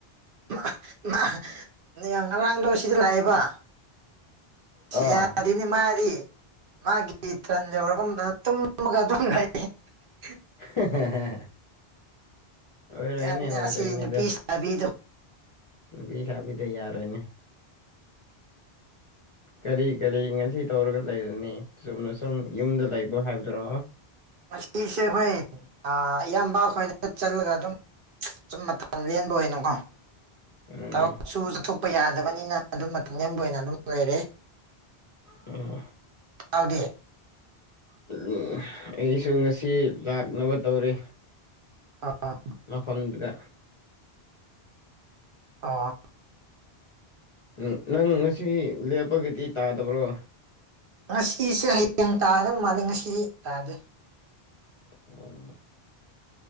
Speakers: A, on the right; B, on the left.
A: ꯃꯥ ꯃꯥ ꯃꯥ ꯉꯔꯥꯡꯗꯣ ꯁꯤꯗ ꯂꯥꯛꯑꯦꯕ <unintelligible>
B: ꯑꯥ
A: ꯌꯥꯗꯦꯅꯦ ꯃꯥꯗꯤ ꯃꯥꯒꯤ ꯇꯔꯟ ꯌꯧꯔꯕ ꯃꯇꯝꯗ ꯇꯨꯝꯃꯒ ꯑꯗꯨꯝ ꯂꯩ <unintelligible>
B: <unintelligible> ꯑꯣꯏꯔꯣꯏꯅꯦ-
A: ꯌꯥꯅꯤ
B: ꯑꯣꯏꯔꯣꯏꯅꯦꯗꯣ
A: ꯑꯁꯤ ꯅꯨꯄꯤ ꯁꯥꯕꯤꯗꯣ
B: ꯅꯨꯄꯤꯁꯥꯕꯤ ꯗꯣ ꯌꯥꯔꯣꯏꯅꯦ ꯀꯔꯤ- ꯀꯔꯤ ꯉꯁꯤ ꯇꯧꯔꯒ ꯂꯩꯔꯅꯤ ꯆꯨꯝꯅ ꯁꯨꯝ ꯌꯨꯝꯗ ꯂꯩꯕ ꯍꯥꯏꯕꯗꯨꯔꯣ
A: ꯃꯁꯤꯁꯦ ꯈꯣꯏ ꯑꯥ ꯏꯌꯥꯝꯕ ꯍꯣꯏꯗ ꯆꯠꯂꯒ ꯑꯗꯨꯝ ꯁꯨꯝ ꯃꯇꯝ ꯂꯦꯟꯕ ꯑꯣꯏꯅꯀꯣ
B: ꯎꯝ
A: ꯊꯕꯛꯁꯨ ꯆꯠꯊꯣꯛꯄ ꯌꯥꯗꯕꯅꯤꯅ ꯑꯗꯨꯝ ꯃꯇꯝ ꯂꯦꯟꯕ ꯑꯣꯏꯅ ꯑꯗꯨꯝ ꯂꯩꯔꯦ
B: ꯎꯝ
A: <unintelligible> ꯑꯧꯗꯤ
B: <unintelligible> ꯑꯩꯁꯨ ꯉꯁꯤ ꯂꯥꯛꯅꯕ ꯇꯧꯔꯤ
A: ꯑꯥ ꯑꯥ
B: ꯃꯐꯝꯗꯨꯗ
A: ꯑꯣ
B: ꯅ ꯅꯪ ꯉꯁꯤ ꯂꯦꯞꯄꯒꯤꯗꯤ ꯇꯥꯗꯕ꯭ꯔꯣ
A: ꯉꯁꯤꯁꯦ ꯍꯌꯦꯡ ꯇꯥꯗꯧ ꯃꯥꯜꯂꯤ ꯉꯁꯤ ꯇꯥꯗꯦ
B: ꯑꯣ <unintelligible>